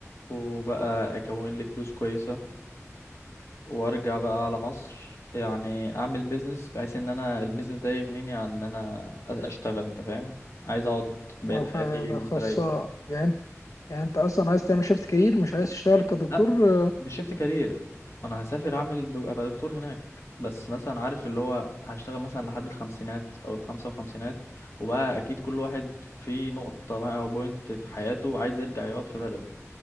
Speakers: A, on the left (about 60°); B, on the left (about 75°).
A: وبقى اكون لي فلوس كويسة وارجع بقى على مصر يعني اعمل بيزنس بحيث ان انا البيزنس ده يغنيني عن ان انا أ- اشتغل انت فاهم عايز اقعد بقية
B: آه،
A: حياتي
B: فده
A: مستريح
B: خاصه يعني يعني انت اصلا عايز تعمل شيفت كارير مش عايز تشتغل كدكتور
A: لا
B: آه،
A: بشيفت كارير انا هسافر اعمل دو... ابقى دكتور هناك بس مثلا عارف اللي هو هشتغل مثلا لحد الخمسينات او الخمسة وخمسينات وبقى اكيد كل واحد في نقطة ما او بوينت في حياته عايز يرجع يقعد في بلده